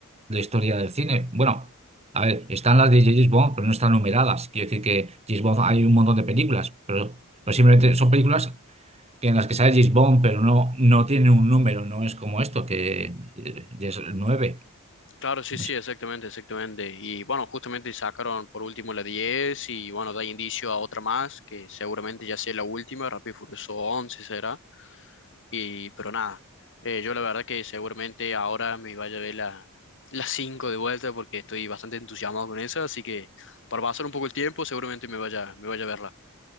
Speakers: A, on the right; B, on the left.
A: de historia del cine. Bueno, a ver, están las de James Bond, pero no están numeradas. Quiero decir que James Bond hay un montón de películas, pero, pero simplemente son películas que en las que sale James Bond, pero no, no tiene un número, no es como esto, que eh, ya es el 9.
B: Claro, sí,
A: No
B: sí,
A: sé.
B: exactamente, exactamente. Y bueno, justamente sacaron por último la 10 y bueno, da indicio a otra más, que seguramente ya sea la última, Rápido y Furioso 11 será. Y, pero nada, eh, yo la verdad que seguramente ahora me vaya a ver la, la 5 de vuelta porque estoy bastante entusiasmado con esa, así que para pasar un poco el tiempo seguramente me vaya, me vaya a verla.